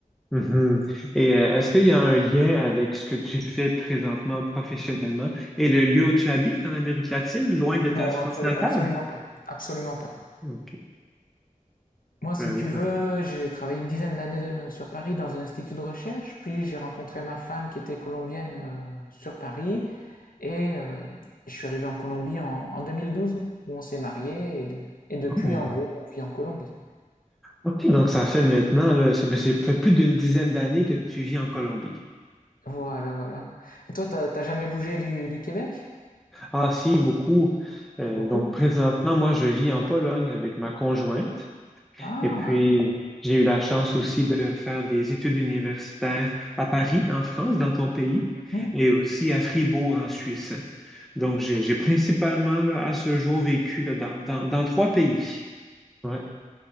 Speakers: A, in the centre; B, on the left (about 80°).
A: Mhm. Et euh, est-ce qu'il y a un lien avec ce que tu fais présentement professionnellement et le lieu où tu habites en Amérique latine, loin de ta
B: Non,
A: France
B: absolu-
A: natale?
B: absolument pas. Absolument pas.
A: OK.
B: Moi, si
A: Ben oui,
B: tu veux,
A: ben-
B: j'ai travaillé une dizaine d'années de- sur Paris dans un institut de recherche, puis j'ai rencontré ma femme qui était colombienne euh, sur Paris, et euh, je suis arrivé en Colombie en, en 2012, où on s'est mariés, et, de- et depuis,
A: oh.
B: en gros, on vit en Colombie.
A: OK, donc ça fait maintenant, là, ça, ben, c'est fait plus d'une dizaine d'années que tu vis en Colombie.
B: Voilà, voilà. Et toi, t'as t'as jamais bougé du, du Québec?
A: Ah si, beaucoup. Euh,
B: Beaucoup?
A: donc présentement, moi, je vis en Pologne avec ma conjointe.
B: Ah!
A: Et puis, j'ai eu la chance aussi de faire des études universitaires à Paris, en France, dans ton pays,
B: hmm.
A: et aussi à Fribourg, en Suisse. Donc, j'ai j'ai principalement, là, à ce jour, vécu là, dans, dans, dans trois pays. Ouais.